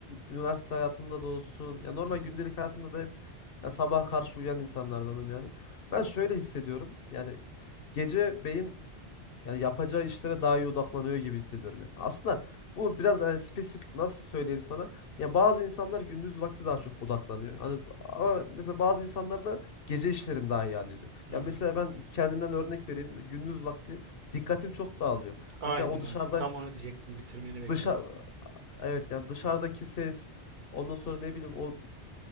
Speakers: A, on the left; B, on the right.
A: üniversite hayatımda da olsun ya normal
B: Hı
A: gündelik
B: hı.
A: hayatımda da hep ya sabaha karşı uyuyan insanlardanım yani. Ben şöyle hissediyorum. Yani gece beyin yani yapacağı işlere daha iyi odaklanıyor gibi hissediyorum ya. Aslında bu biraz e, spesifik nasıl söyleyeyim sana? Ya bazı insanlar gündüz vakti daha çok odaklanıyor. Hani ama mesela bazı insanlar da gece işlerini daha iyi hallediyor.
B: Hı
A: Ya
B: hı.
A: mesela ben kendimden örnek vereyim. Gündüz vakti dikkatim çok dağılıyor.
B: Aynı
A: Mesela o
B: mantık.
A: dışarıdan
B: Tam onu diyecektim. Bitirmeni bekliyordum.
A: dışa Evet yani dışarıdaki ses ondan sonra ne bileyim o